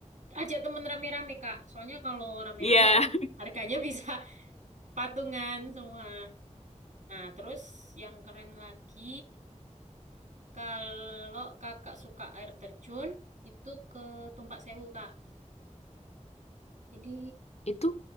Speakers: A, on the right (about 65°); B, on the left (about 55°).
A: ajak temen rame-rame, Kak. Soalnya kalau rame-rame
B: Iya.
A: kan harganya bisa <laughs> patungan semua. Nah, terus yang keren lagi, kalau kakak suka air terjun, itu ke Tumpak Sewu, Kak. Jadi
B: <laughs> Itu